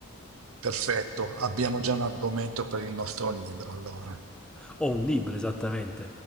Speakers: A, on the right (about 70°); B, in the centre.
A: Perfetto, abbiamo già un argomento per il nostro libro, allora.
B: O un libro, esattamente.